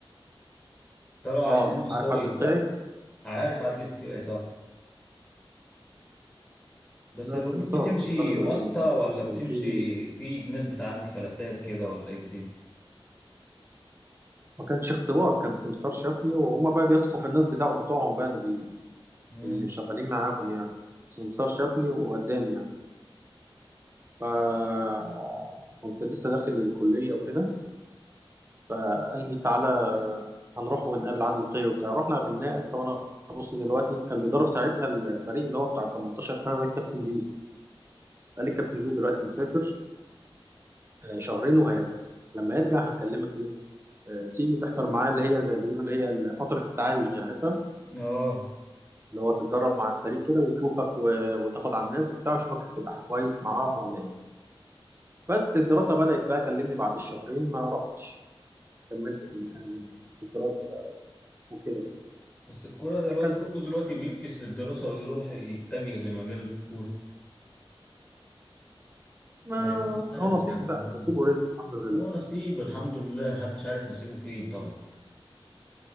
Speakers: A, on the left; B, on the right.
A: طلعوا
B: اه
A: عايزين وسايط
B: عارف عدلي القيعي
A: ها عارف عدل الكيعي طبعا بس
B: لا
A: الامور
B: سمسار
A: بتمشي
B: سمسار اللي
A: واسطه
B: وداني
A: ولا بتمشي
B: كان في
A: في ناس بتعدي فلتات كده ولا ايه الدنيا
B: ما كانش اختبار كان سمسار شافني وهما بقى بيثقوا في الناس بتاعه بتوعهم بقى اللي بي...
A: امم
B: اللي شغالين معاهم يعني سمسار شافني ووداني يعني فكنت لسه داخل الكلية وكده فقال لي تعالى هنروح ونقابل عادل القيعي وبتاع رحنا قابلناه قال لي طب انا بص دلوقتي كان بيدرب ساعتها الفريق اللي هو بتاع 18 سنة ده الكابتن زيزو قال لي الكابتن زيزو دلوقتي مسافر آه، شهرين وهيرجع لما يرجع هنكلمك ايه آه، تيجي تحضر معاه اللي هي زي ما بيقولوا اللي هي فترة التعايش دي عارفها
A: اه
B: اللي هو تتدرب مع الفريق كده ويشوفك و... وتاخد على الناس وبتاع ويشوفك هتبقى كويس معاهم ولا ايه بس الدراسة بدأت بقى كلمني بعد الشهرين ما رحتش كملت في المكان اللي أنا فيه في الدراسة بقى وكده يعني
A: بس الكوره دلوقتي
B: وهكذا
A: كله دلوقتي بيفكس للدراسه ويروح يتجه لمجال الكوره
B: ما
A: لا اختلفت
B: هو نصيب
A: عن
B: بقى
A: زمان
B: نصيب ورزق الحمد لله
A: هو نصيب الحمد لله محدش عارف نصيبه فين طبعا